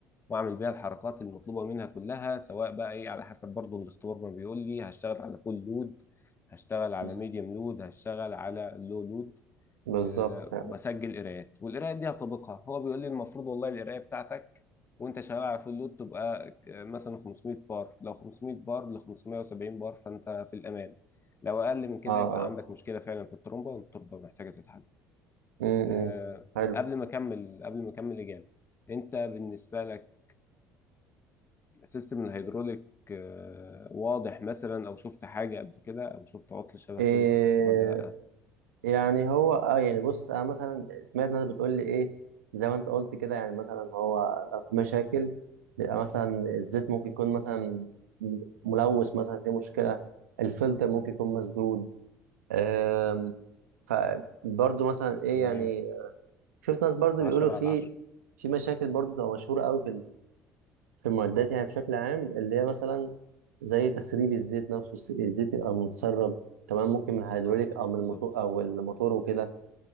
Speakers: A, on the left; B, on the right.
A: واعمل بيها الحركات المطلوبه منها كلها سواء بقى ايه على حسب برضو الاختبار ما بيقول لي هشتغل على فول لود هشتغل على
B: م.
A: ميديوم لود هشتغل على لو لود
B: بالظبط
A: آه،
B: فعلا
A: واسجل قراءات والقراءات دي هطبقها هو بيقول لي المفروض والله القرايه بتاعتك وانت شغال على فول لود تبقى آه، مثلا 500 بار لو 500 بار ل 570 بار فانت في الامان لو اقل من كده
B: اه
A: يبقى
B: اه
A: عندك مشكله فعلا في الترومبه والترومبه محتاجه تتحل
B: امم
A: آه،
B: إمم. حلو
A: قبل ما اكمل قبل ما اكمل اجابه انت بالنسبه لك سيستم الهيدروليك آه، واضح مثلا او شفت حاجه قبل كده او شفت عطل شبه
B: إيه
A: كده ولا لا
B: يعني هو اه يعني بص انا مثلا سمعت ناس بتقول لي ايه زي ما انت قلت كده يعني مثلا هو لو في مشاكل بيبقى مثلا الزيت ممكن يكون مثلا ملوث مثلا في مشكله الفلتر ممكن يكون مسدود آم، فبرضه مثلا ايه
A: تمام
B: يعني شفت ناس برضه
A: 10
B: بيقولوا في
A: على 10
B: في مشاكل برضه بتبقى مشهوره قوي في المعدات يعني بشكل عام اللي هي مثلا زي تسريب الزيت نفسه الس- الزيت يبقى متسرب تمام ممكن من الهيدروليك
A: بالظبط
B: او من
A: بالظبط
B: الموتور او الموتور وكده